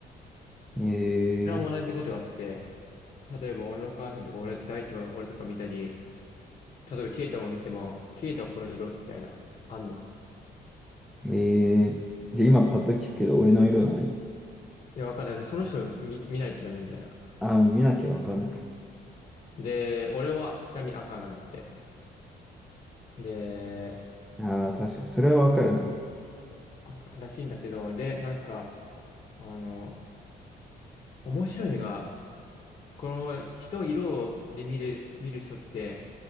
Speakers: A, in the centre; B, on the left.
A: ええ
B: それも同じことがあって、例えば俺の母さんとか俺、大地が俺とか見たり、例えばケイタも見ても、ケイタはこの色みたいな、あんの。
A: ーええーじゃあ今パッと聞くけど、俺の色何
B: いや、わかんない。その人見、見ないとダメみたいな。
A: ああー、見なきゃわかんない
B: で、俺はちなみに赤なんだって。で、
A: な。ああ、確かに。それはわかるな。
B: 赤らしいんだけど、で、なんか、あの、面白いのが、この人を色で見る、見る人って、